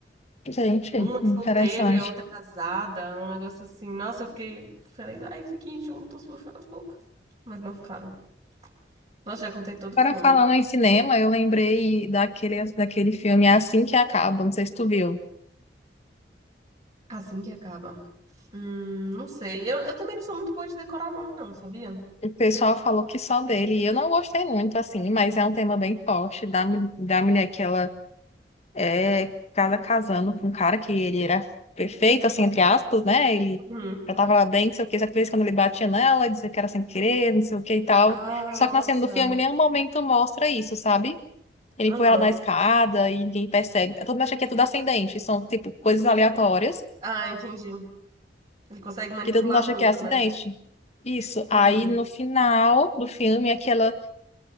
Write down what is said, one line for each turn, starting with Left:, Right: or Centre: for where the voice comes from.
Left: gente,
Right: Um é
Left: interessante.
Right: solteiro e a outra é casada, um negócio assim. Nossa, eu fiquei, falei, ai, fiquem juntos, por favor. mas não ficaram. Nossa, já contei todo o
Left: Agora
Right: filme.
Left: falando em cinema, eu lembrei daquele, daquele filme Assim que Acaba, não sei se tu viu.
Right: Assim que acaba. Hum, não sei. Eu, eu também não sou muito boa de decorar nome, não, sabia?
Left: O pessoal falou que só dele, e eu não gostei muito, assim, mas é um tema bem forte da, mu- da mulher que ela é cada casando com um cara que ele era perfeito, assim, entre aspas, né? Ele
Right: Uhum.
Left: já tava lá bem, não sei o que, só que de vez em quando ele batia nela, dizia que era sem querer, não sei o que e tal.
Right: Ah,
Left: Só
Right: nossa.
Left: que na cena do filme, em nenhum momento mostra isso, sabe? Ele
Right: Aham.
Left: põe ela na escada e ninguém percebe. Todo mundo acha que é tudo ascendente, são, tipo, coisas aleatórias
Right: Ah, entendi. Ele consegue manipular
Left: que todo mundo acha
Right: muito,
Left: que é acidente.
Right: né?
Left: Isso. Aí
Right: Uhum.
Left: no final do filme é que ela